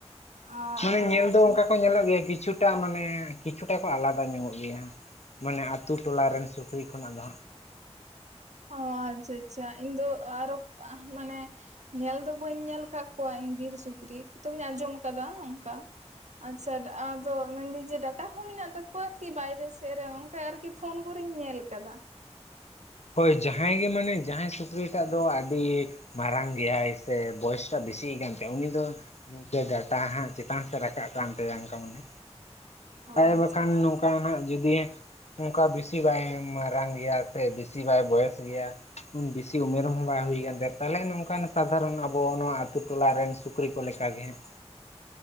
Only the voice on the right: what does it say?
ᱟᱪᱪᱷᱟ
ᱟᱪᱪᱷᱟ
ᱚ ᱟᱪᱪᱷᱟ ᱟᱪᱪᱷᱟ ᱤᱧ ᱫᱚ ᱟᱨ ᱟᱦ ᱢᱟᱱᱮ ᱧᱮᱞ ᱫᱚ ᱵᱟᱹᱧ ᱧᱮᱞ ᱠᱟᱫ ᱠᱚᱣᱟ ᱤᱧ ᱵᱤᱨ ᱥᱩᱠᱨᱤ ᱛᱚᱵᱮᱧ ᱟᱸᱡᱚᱢ ᱠᱟᱫᱟ ᱚᱱᱠᱟ᱾ ᱟᱪᱪᱷᱟ ᱟᱫᱚ ᱢᱮᱱᱫᱟᱹᱧ ᱡᱮ ᱰᱟᱴᱟ ᱦᱚᱸ ᱢᱮᱱᱟᱜ ᱛᱟᱠᱚᱣᱟ ᱠᱤ ᱵᱟᱭᱨᱮ ᱥᱮᱫ ᱨᱮ ᱚᱱᱠᱟ ᱟᱨᱠᱤ᱾ ᱯᱷᱚᱱ ᱠᱚᱨᱮᱧ ᱧᱮᱞ ᱠᱟᱫᱟ᱾
ᱚ
ᱟᱪᱪᱷᱟ